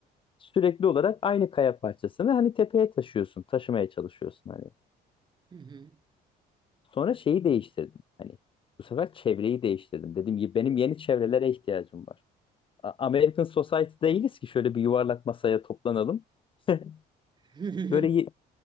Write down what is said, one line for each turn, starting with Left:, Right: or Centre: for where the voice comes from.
Left: sürekli olarak aynı kaya parçasını hani tepeye taşıyorsun, taşımaya çalışıyorsun hani.
Right: Hı hı.
Left: Sonra şeyi değiştirdim. Hani bu sefer çevreyi değiştirdim. Dedim ki benim yeni çevrelere ihtiyacım var. A- American Society değiliz ki şöyle bir yuvarlak masaya toplanalım. <laughs>
Right: <laughs>
Left: Böyle ye-